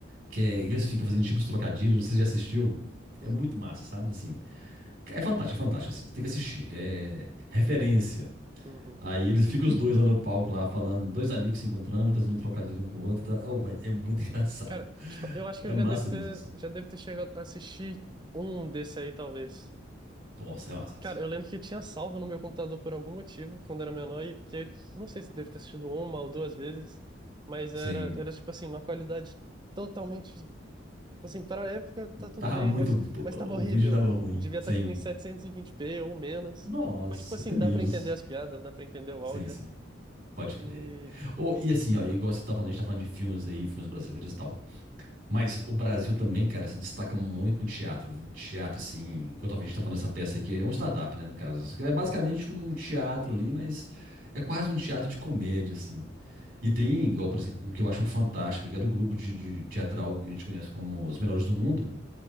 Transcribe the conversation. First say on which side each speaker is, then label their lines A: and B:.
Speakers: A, on the right; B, on the right.
A: Que é, eles ficam fazendo tipo uns trocadilhos, não sei se você já assistiu.
B: Hum,
A: É muito massa, sabe? Assim, é fantástico, é fantástico, assim. Você tem que assistir. É referência.
B: uhum.
A: Aí eles ficam os dois lá no palco, lá falando, dois amigos se encontrando, fazendo um trocadilho um com o outro. tá? Oh, vai, é muito <laughs> engraçado.
B: Cara, tipo, eu acho
A: É
B: que eu
A: massa
B: já devo ter,
A: mesmo, assim.
B: já devo ter chegado a assistir um desse aí, talvez.
A: Nossa, é massa, é massa.
B: Cara, eu lembro que tinha salvo no meu computador por algum motivo, quando era menor, e que não sei se deve ter assistido uma ou duas vezes, mas
A: Sim.
B: era, era tipo assim, uma qualidade totalmente, tipo assim, para a época tá tudo
A: Tava
B: bem,
A: muito.
B: mas,
A: bo-
B: mas tava horrível.
A: O vídeo tava ruim.
B: Devia
A: Sim.
B: estar tipo em 720p ou menos.
A: Nossa,
B: Mas tipo assim,
A: até menos.
B: dá para entender as piadas, dá para entender o
A: Sim,
B: áudio.
A: sim. Pode crer.
B: E
A: Ou e assim, ó, igual você tá falando, a gente tá falando de filmes aí, filmes brasileiros e tal. Mas o Brasil também, cara, se destaca muito no teatro. viu? Um teatro, assim, igual talvez a gente tá falando dessa peça aí, que é um stand-up, né, no caso. É basicamente
B: Uhum,
A: um teatro ali, mas é quase um teatro de comédia, assim.
B: uhum,
A: E tem, igual, por exemplo, o que eu acho um fantástico, que é do grupo de, de teatral que a gente conhece como Os Melhores do Mundo.